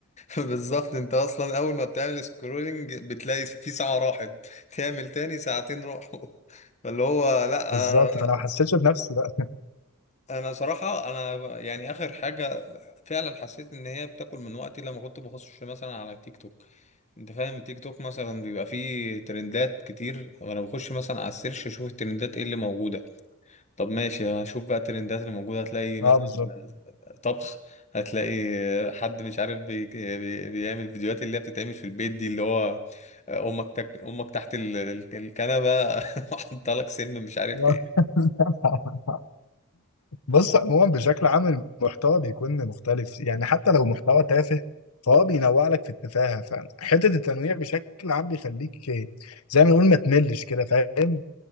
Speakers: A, on the left (about 30°); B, on the left (about 80°).
A: بالظبط انت اصلا اول ما بتعمل سكرولنج بتلاقي في ساعة راحت تعمل تاني ساعتين راحوا <laughs> فاللي هو لا
B: بالظبط
A: انا
B: فانا ما حسيتش بنفسي بقى
A: انا صراحة انا يعني اخر حاجة فعلا حسيت ان هي بتاكل من وقتي لما كنت بخش مثلا على تيك توك انت فاهم التيك توك مثلا بيبقى فيه ترندات كتير وانا بخش مثلا على السيرش اشوف الترندات ايه اللي موجودة طب ماشي هشوف بقى الترندات اللي موجودة هتلاقي مثلا
B: اه بالظبط
A: طبخ هتلاقي حد مش عارف بي بي- بيعمل فيديوهات اللي هي بتتعمل في البيت دي اللي هو أمك تك أمك تحت ال- ال- الكنبة <laughs> حاطة لك سم مش عارف
B: <laughs>
A: ايه
B: آه. بص عموما بشكل عام المحتوى بيكون مختلف يعني حتى لو محتوى تافه فهو بينوع لك في التفاهة فحتة التنويع بشكل عام بيخليك آه، زي ما نقول ما تملش كده فاهم